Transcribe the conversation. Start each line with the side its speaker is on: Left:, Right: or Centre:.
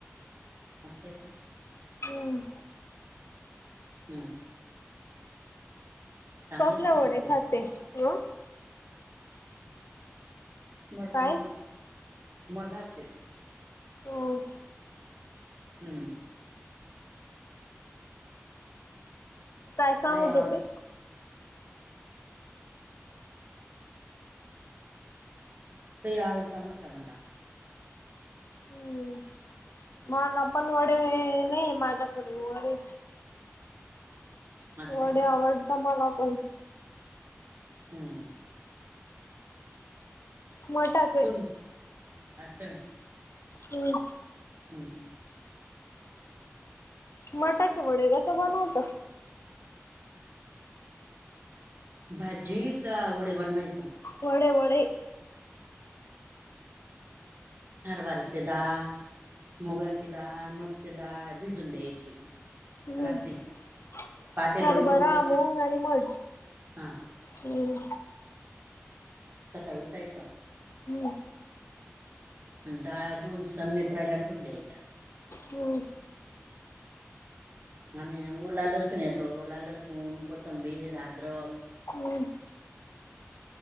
Right: अस आहे का?
Left: हम.
Right: हम्म. चांगलं
Left: कसल्या
Right: असेल
Left: वडे
Right: ना तर
Left: खाते? अ?
Right: मट
Left: काय
Right: नी मठाचे.
Left: हम.
Right: हम्म.
Left: काय सांगत
Right: लय आवड
Left: होते?
Right: ते आवडता म्हटलं मला.
Left: हम्म मला पण वडे नई, माझ्याकडे वडे
Right: असं
Left: वडे
Right: आहे का
Left: आवडता मला पण.
Right: हम्म हम.
Left: मठात
Right: <unintelligible>
Left: हम्.
Right: हुं.
Left: मटाचे वडे कशे बनवता?
Right: भाजी का वडे बनवायचं?
Left: वडे वडे.
Right: हरभऱ्याची डाळ, मुगाची डाळ, मटची डाळ भिजून द्यायची
Left: हम्म
Right: रात्री पहाटे
Left: हरभरा,
Right: लवकर उठायचं
Left: मूंग, आणि मठ.
Right: हा
Left: हम्.
Right: सकाळी उठायच
Left: हू.
Right: अन डाळ्या धुऊन सण् निथळायला ठेवून द्यायच्या.
Left: हम्.
Right: आणि ओला लसूण येतो. ओला लसूण, कोथंबीर, आद्रक
Left: हम.